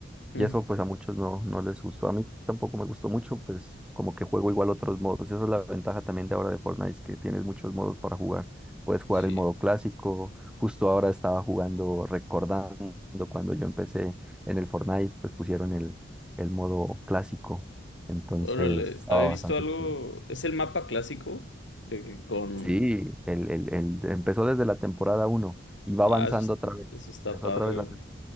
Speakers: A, in the centre; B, on the left.
A: Y
B: Mm,
A: eso pues a muchos no, no les gustó. A mí tampoco me gustó mucho, pues como que juego igual otros modos. Esa es la ventaja también de ahora de Fortnite, es que tienes muchos modos para jugar. Puedes jugar
B: sí,
A: el modo clásico. Justo ahora estaba jugando, recordando cuando yo empecé en el Fortnite, pues pusieron el, el modo clásico. Entonces
B: órale,
A: estaba
B: había visto
A: bastante
B: algo,
A: chévere.
B: es el mapa clásico de que con...
A: Sí, el, el- el- empezó desde la temporada uno y va
B: Ah,
A: avanzando
B: eso, es-
A: otra vez.
B: eso está
A: Empezó
B: padre.
A: otra vez la tem-